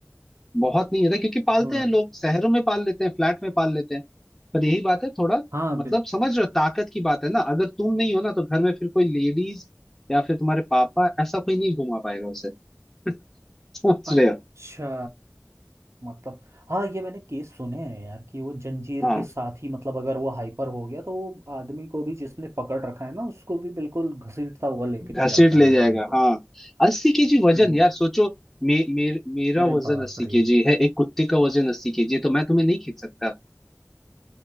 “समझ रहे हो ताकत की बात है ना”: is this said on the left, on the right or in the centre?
Centre